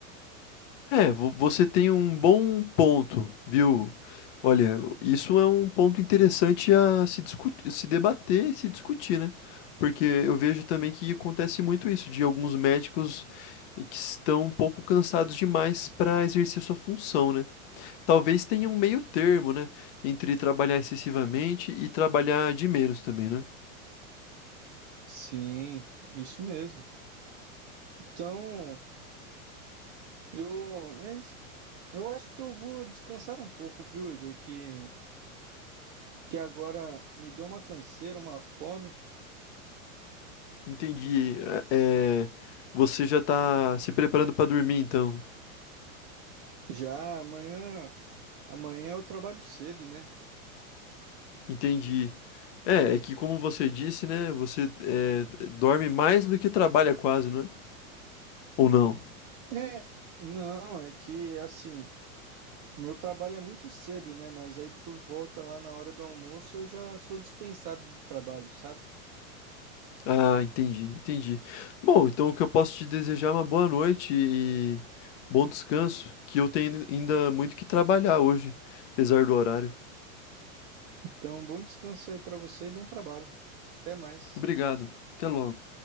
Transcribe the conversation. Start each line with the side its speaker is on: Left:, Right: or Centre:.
Left: É, vo você tem um bom ponto, viu. Olha, isso é um ponto interessante a se discutir se debater e se discutir, né. Porque eu vejo também que acontece muito isso, de alguns médicos que estão um pouco cansados demais para exercer sua função, né. Talvez tenha um meio termo, né, entre trabalhar excessivamente e trabalhar de menos também, né.
Right: Sim, isso mesmo. Então, eu, é isso. eu acho que eu vou descansar um pouco, viu, Igor? Que, que agora me deu uma canseira, uma fome.
Left: Entendi. Eh eh, você já está se preparando para dormir então?
Right: Já amanhã, amanhã eu trabalho cedo, né?
Left: Entendi. É, é que como você disse, né, você eh, dorme mais do que trabalha quase, não é? Ou não?
Right: É, não, é que assim, meu trabalho é muito cedo, né? Mas aí por volta lá na hora do almoço eu já sou dispensado do trabalho, sabe?
Left: Ah, entendi, entendi. Bom, então o que eu posso te desejar é uma boa noite e bom descanso, que eu tenho ainda muito que trabalhar hoje, apesar do horário.
Right: Então, bom descanso aí para você e bom trabalho. Até mais.
Left: Obrigado. Até logo.